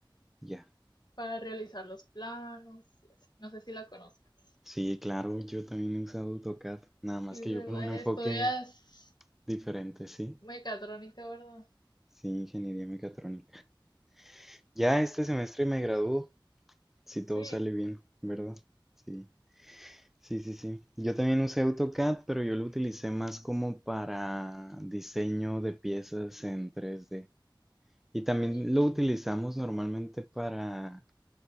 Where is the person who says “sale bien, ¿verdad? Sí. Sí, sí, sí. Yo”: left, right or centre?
Centre